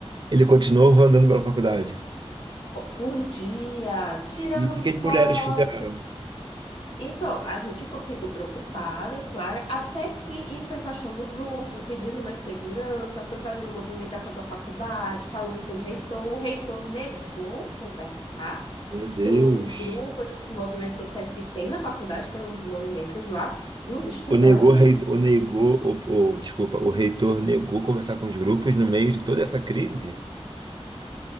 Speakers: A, on the right; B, on the left.
A: ele continuou andando pela faculdade.
B: por dias, tirando
A: E o que
B: foto.
A: que as mulheres fizeram?
B: Então, a gente co- ficou preocupada, claro, até que e foi baixando o grupo, pedindo mais segurança, foi fazendo movimentação para a faculdade, falando com o reitor. O reitor negou conversar
A: Meu Deus.
B: com os grupos, esses movimentos sociais que tem na faculdade, tem uns movimentos lá dos estudantes.
A: O negou, rei- o negou, o, o- desculpa, o reitor negou conversar com os grupos no meio de toda essa crise?